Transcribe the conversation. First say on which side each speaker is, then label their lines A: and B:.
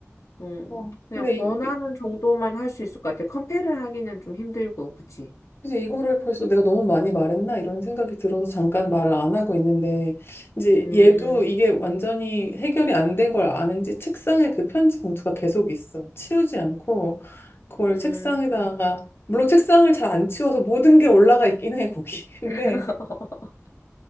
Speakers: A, on the left (about 75°); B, on the left (about 50°).
A: 음,
B: 어,
A: 그냥
B: 근데
A: 권하는
B: 이, 이-
A: 정도만 할 수 있을 것 같아. 컴패를 하기는 좀 힘들고, 그치?
B: 이제 이거를 벌써 내가 너무 많이 말했나? 이런 생각이 들어서 잠깐 말을 안 하고 있는데, 이제
A: 음,
B: 얘도 이게 완전히 해결이 안 된 걸 아는지 책상에 그 편지 봉투가 계속 있어. 치우지 않고, 그걸
A: 음,
B: 책상에다가, 물론 책상을 잘 안 치워서 모든 게 올라가 있긴 해, 거기. <laughs> 근데,
A: <laughs>